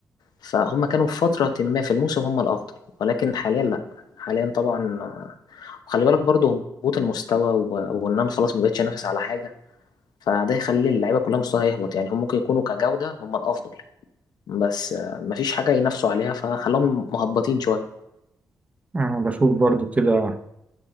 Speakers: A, on the left; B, on the right.
A: فهم كانوا في فتره ما في الموسم هم الافضل ولكن حاليا لا حاليا طبعا آه، وخلي بالك برضو هبوط المستوى و- وان انا خلاص ما بقتش انافس على حاجه فده يخلي اللعيبه كلها مستواها يهبط يعني هم ممكن يكونوا كجوده هم الافضل بس آه، مفيش حاجه ينافسوا عليها فخلاهم مهبطين شويه
B: أنا بشوف برضو كده